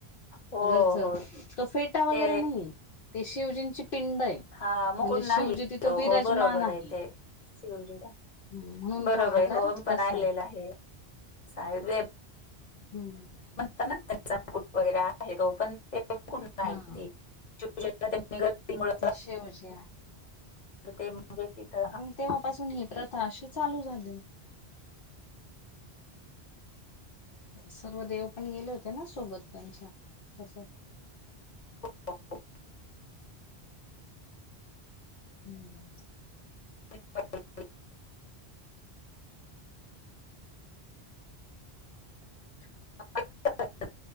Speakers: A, on the left (about 45°); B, on the left (about 60°).
A: हो,
B: वरच
A: हो.
B: तो फेटा वगैरे
A: ते
B: नाहीये ते शिवजींची- पिंड आहे म्हणजे,
A: हां, मुकुट नाही
B: शिवजी तिथं
A: तो.
B: विराजमान
A: हो, बरोबर
B: आहे.
A: ते. शिवजी का.
B: हम्म, म्हणून
A: बरोबर
B: तो आकार
A: आहे होन पण
B: तसा
A: आहिलेला आहे साब-
B: हम्
A: ता ना त्यांचा कुट वगैरे आहे र पण तेुठ माहि
B: हा
A: <inaudible> मु <inaudible>
B: ते शिवजी
A: ते म्हे <inaudible>
B: तेव्हापासून ही प्रथा अशी चालू झाली. सर्व देव पण गेले होते ना सोबत त्यांच्या तस-
A: <inaudible>
B: हम्म
A: हां <inaudible>